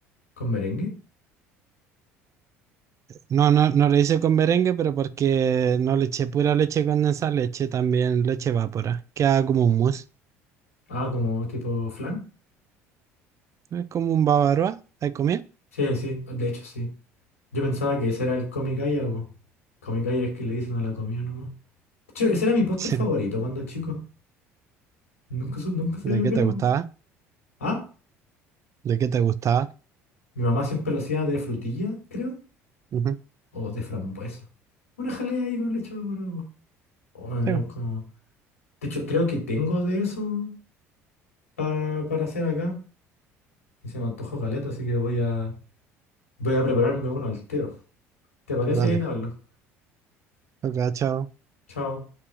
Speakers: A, on the left (about 80°); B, on the right (about 40°).
A: ¿Con merengue?
B: No, no, no lo hice con merengue, pero porque no le eché pura leche condensada, le eché también leche evapora. Queda como un mousse.
A: Ah, como tipo flan.
B: Es como un bavaroa. ¿Has comido?
A: Sí, sí, de hecho sí. Yo pensaba que ese era el comicaya, o comicaya es que le dicen a la comida nomás. De hecho, ese era mi póster
B: <laughs> Sí.
A: favorito cuando chico. Nunca, su- nunca sabía
B: ¿De
A: lo
B: qué
A: que
B: te
A: era, po.
B: gustaba?
A: Ah,
B: ¿De qué te gustaba?
A: mi mamá siempre lo hacía de frutilla, creo.
B: Ujú.
A: o de frambuesa. Una jalea ahí con leche evaporada. O me dieron
B: Sí. pues,
A: como. De hecho, creo que tengo de eso pa- para hacer acá. Y se me antojó caleta, así que voy a voy a prepararme uno al tiro. ¿Te parece?
B: Dale.
A: Y te hablo.
B: Ok, chao.
A: Chao.